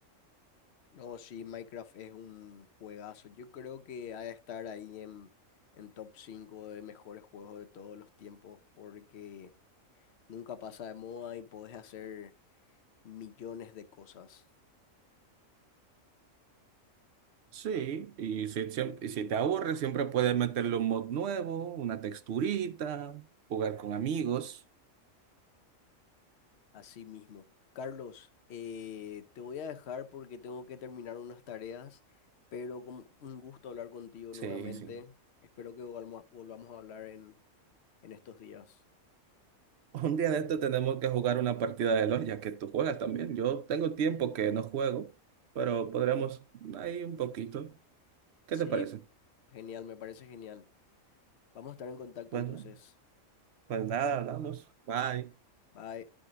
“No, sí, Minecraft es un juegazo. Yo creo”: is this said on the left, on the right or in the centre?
Left